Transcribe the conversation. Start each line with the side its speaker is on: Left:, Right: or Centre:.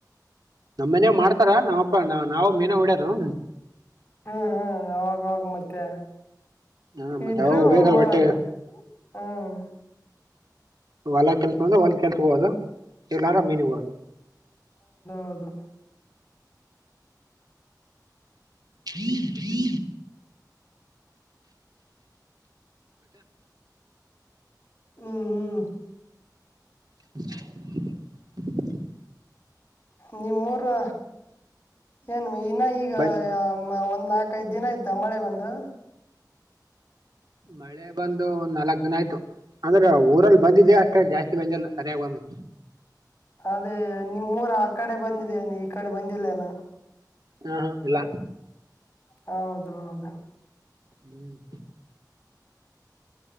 Right: ನಮ್ಮ್ ಮನೇಲಿ ಮಾಡ್ತಾರ ನಮ್ಮಪ್ಪ ನಾವು ಮೀನ ಹೊಡಿಯೋದಿ.
Left: ಹ್ಮ್ ಹ್ಮ್ ಅವಾಗವಾಗ ಮತ್ತೆ.
Right: ಹ ಮತ್ತೆ
Left: ಇದ್ರು
Right: ಅವ ಬೇಕಲ್ಲ
Left: ಮಾಡದ
Right: ಹೊಟ್ಟೆಗೆ
Left: ಹ್ಮ್.
Right: ಹೊಲ್ಲ ಕೆಲ್ಸ ಬಂದ್ರ ಹೊಲ್ ಕೆಲ್ಸ ಹೋದು ಇಲ್ಲಾರ ಮೀನಿಗೆ ಹೋಗೋದು.
Left: ಹೌದು.
Right: ಮತ್ತೆ.
Left: ಹ್ಮ್ ಹ್ಮ್
Right: <inaudible>
Left: ನಿಮ್ಮೂರು ಏನು ಇನ್ನ ಈಗ.
Right: ಬನ್
Left: ಒಂದ್ ನಾಲ್ಕಐದು ದಿನ ಆಯ್ತಾ ಮಳೆ ಬಂದು.
Right: ಮಳೆ ಬಂದು ಒಂದ್ ನಾಲ್ಕ್ ದಿನ ಆಯ್ತು. ಅಂದ್ರೆ ಊರಲ್ಲಿ ಬಂದಿದ್ಯಾ ಅಷ್ಟೇ ಜಾಸ್ತಿ ಬಂದಿಲ್ಲ ಸರಿಯಾಗಿ.
Left: ಅದೇ ನಿಮ್ಮೂರು ಆ ಕಡೆ ಬಂದಿದೆನು ಈ ಕಡೆ ಬಂದಿಲ್ಲ ಇನ್ನ.
Right: ಹಾ ಹಾ ಇಲ್ಲ.
Left: ಹೌದೌದು.
Right: ಹ್ಮ್